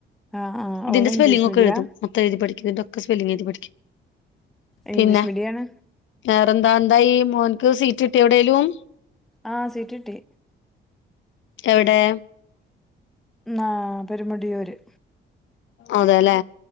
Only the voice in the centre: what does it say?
ആഹ് ആഹ്
ഓള്
ഇംഗ്ലീഷ് മീഡിയാ
ഇംഗ്ലീഷ്
മീഡ്യാണ്.
ആഹ് സീറ്റ്ട്ടി.
ന്നാ പെരുമടിയൂര്.